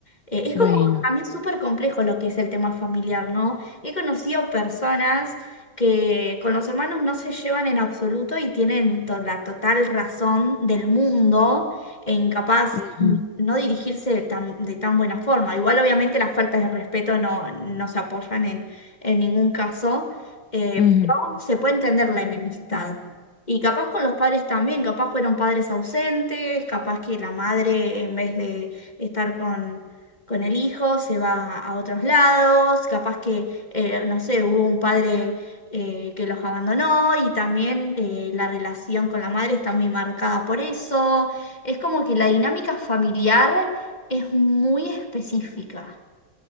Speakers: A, on the left (about 20°); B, on the left (about 60°).
A: Eh, es
B: Bueno.
A: como también súper complejo lo que es el tema familiar, ¿no? He conocido personas que con los hermanos no se llevan en absoluto y tienen to- la total razón del mundo en capaz
B: Ujú,
A: no dirigirse de tan, de tan buena forma. Igual obviamente las faltas de respeto no, no se apoyan en en ningún caso eh,
B: ujú.
A: pero se puede entender la enemistad. Y capaz con los padres también, capaz fueron padres ausentes, capaz que la madre en vez de estar con, con el hijo se va a otros lados, capaz que, eh, no sé, hubo un padre eh, que los abandonó y también eh, la relación con la madre está muy marcada por eso. Es como que la dinámica familiar es muy específica.